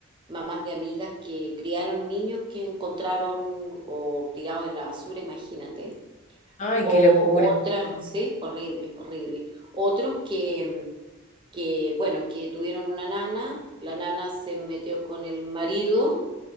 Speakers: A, on the right (about 25°); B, on the left (about 35°).
A: mamás de amigas que criaron niños que encontraron o tirados en la basura, imagínate.
B: Ay,
A: O
B: qué locura,
A: otras,
B: por favor.
A: sí, horrible, horrible. Otros que, que, bueno, que tuvieron una nana, la nana se metió con el marido